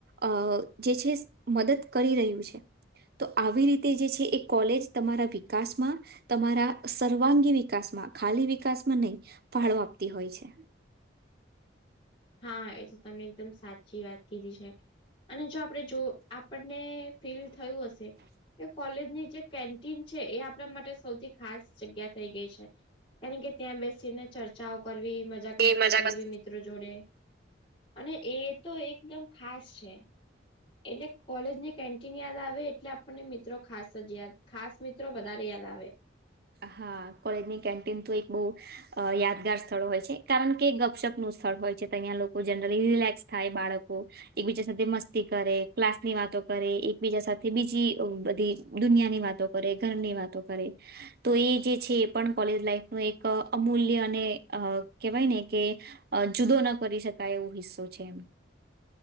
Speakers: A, on the right; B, on the left.
A: અ જે છે, મદદ કરી રહ્યું છે. તો આવી રીતે જે છે, એ કોલેજ તમારા વિકાસમાં તમારા સર્વાંગી વિકાસમાં ખાલી વિકાસમાં નહી ફાળો આપતી હોય છે.
B: હા એ તો તમે એકદમ સાચી વાત કીધી છે. અને જો આપણે જો આપણને ફીલ થયું હશે કે કોલેજની જે કેન્ટીન છે, એ આપણા માટે સૌથી ખાસ જગ્યા થઈ ગઈ છે, કારણ કે ત્યાં બેસીને ચર્ચાઓ કરવી, મજાક મસ્તી
A: એ મજા
B: કરવી,
A: મસ્ત
B: મિ ત્ર જોડે. અને એ તો એકદમ ખાસ છે. એટલે કોલેજની કેન્ટીન યાદ આવે એટલે આપણને મિત્રો ખાસ જ યાદ ખાસ મિત્રો વધારે યાદ આવે.
A: હા કોલેજની કેન્ટીન તો એક બઉ અ યાદગાર સ્થળ હોય છે, કારણ કે ગપશપનું સ્થળ હોય છે, અહીં લોકો જનરલી રિલેક્સ થાય બાળકો એકબીજા સાથે મસ્તી કરે ક્લાસની વાતો કરે એકબીજા સાથે બીજી બધી દુનિયાની વાતો કરે ઘરની વાતો કરે તો એ જે છે, એ પણ કોલેજ લાાઈફનુ એક અમૂલ્ય અને કેહેવાય ને કે અ જુદો ન કરી શકાય એવો હિસ્સો છે, એમ